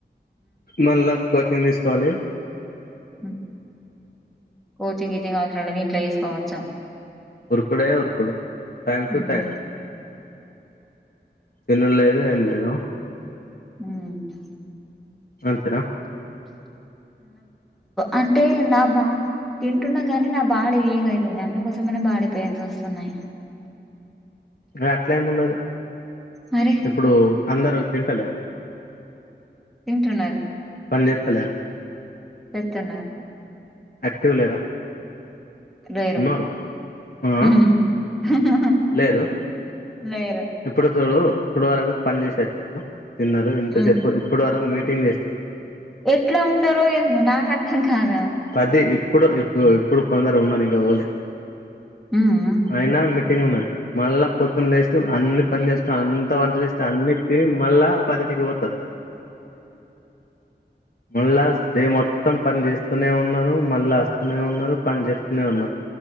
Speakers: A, on the left; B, in the centre.
A: మళ్ళ. <unintelligible> కోచింగ్ తీస్కోవాలి.
B: హుమ్ కోచింగ్, గీచింగ్ అవాస్ర్. మనం ఇంట్లో చేసుకోవచ్చు.
A: ఊరుకుడే ఊరుకుడు టైం టు
B: హ్మ్.
A: టైం తిన్న లేదు ఏం లేదు
B: మ్
A: అంతరా
B: అంటే నా బా తింటున్నా కాని నా బాడి వీక్ అయితుంది అందుకోసమనే బాడీ పెయిన్స్ వస్తున్నాయి
A: అ అట్లా ఏమి ఉండదు
B: మరి
A: ఇప్పుడు అందరు తింటలేరా
B: తింటున్నారు
A: పాన్ జేయతలేరా
B: చెత్తనరు
A: అక్టివ లేరా
B: లేరు
A: ఉన్నారు ఆ
B: <unintelligible>
A: లేరు
B: లేరు
A: ఇప్పుడు చూడు ఇప్పుడు వరకు పని చేసే వచ్చ తిన్నారు ఇంత
B: హ్మ్.
A: చెప్పు ఇప్పడు వరకు మీ కటింగ్ చేసి
B: ఎట్లా ఉంటరో ఏమో నాకు అర్థం కాలా
A: పది ఇప్పుడు ఇప్పు ఇప్పుడు కొందరు ఉన్నరు ఇక పోలె
B: హ్మ్.
A: అయిన మిక్ సిము ఉన్నది మళ్ల పొద్దున లేసి అన్ని పని చేసుకొని అంత వంట చేస్తే అన్ని తిని మళ్ళా పదింటికి పోతారు మళ్ళా డే మొత్తం పని చేస్తూనే ఉన్నాను మళ్ళా వస్తూనే ఉన్నారు పని చేస్తూనే ఉన్నాను